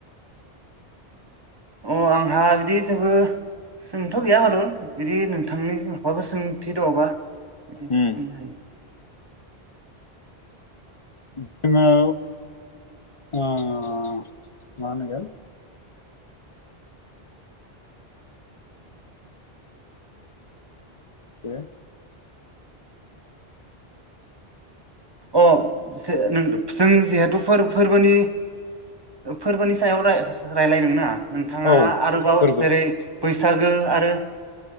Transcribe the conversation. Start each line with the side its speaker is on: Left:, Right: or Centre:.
Right: अ आंहा बिदि जेबो जोंथ गैया खार बिदि नोंथांनि माबाफोर सोंथि दङबा बिदि बिदि
Left: उम
Right: सोंनो हायो
Left: <unintelligible> <inaudible> ओ मा होनगोन बे
Right: अ जों जिहेथु फोरबोनि फोरबोनि सायाव रायलाय दोंना नोंथाङा
Left: औ
Right: आरोबाव
Left: फोरबो
Right: जेरै बैसागो आरो